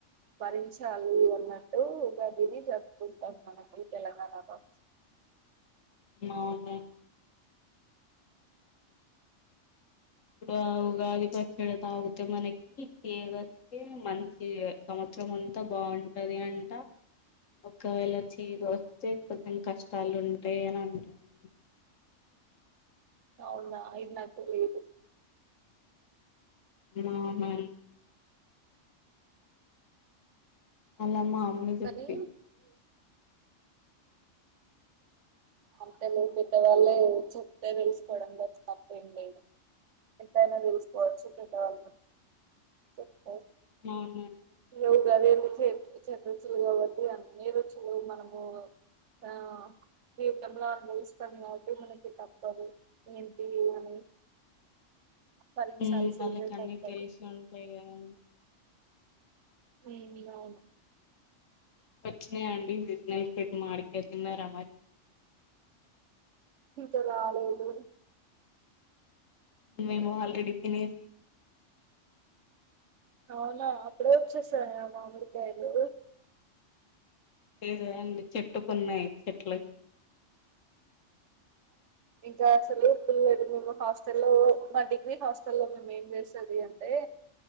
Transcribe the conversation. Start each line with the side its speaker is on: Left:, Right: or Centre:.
Right: భరించాలి అన్నట్టు ఉగాదిని జరుపుకుంటాం మనకి తెలంగాణ లో
Left: అవును ఇప్పుడు ఉగాది పచ్చడి తాగితే మనకి తీగ వస్తే మంచి సంవత్సరం అంతా బాగుంటది అంట ఒకవేళ చేదు వస్తే కొెంచెం కష్టాలు ఉంటాయి అని అంటారండి
Right: అవునా ఇది నాకు తెలియదు
Left: అవునా అనమ్మ మీకు
Right: కానీ
Left: చెప్తి
Right: అంత లేదు పెద్దవాళ్ళే చెప్తే తెలుసుకోవడంలో తప్పేమీ లేదు ఎంతైనా తెలుసుకోవచ్చు పెద్దవాళ్ళు చెప్తారు
Left: అవునవును
Right: వు కదంటి చె చెట్ రుచులు కాబట్టి అన్ని రుచులు మనము ఆ జీవితంలో అనుభవిస్తాం కాబట్టి మనకి తప్పదు ఏంటి అని భరించాల్సిందే
Left: హ్మ్మ్ వాళ్ళకన్నీ
Right: తప్పదు
Left: తెలిసి ఉంటాయి గా హ్మ్మ్
Right: మేబి అవును
Left: వచ్చినాయండి మామిడికాయ తిన్నారా మరి
Right: ఇంకా రాలేదు
Left: మేము ఆల్రెడీ తినేసాం
Right: అవునా అప్పుడే వచ్చేసయా మామిడి కాయలు
Left: లేండి చెట్టుకున్నాయి చెట్లకి
Right: ఇంకా అసలు ఇప్పు లేదు మేము హాస్టల్లో మా డిగ్రీ హాస్టల్లో మేము ఏం చేసది అంటే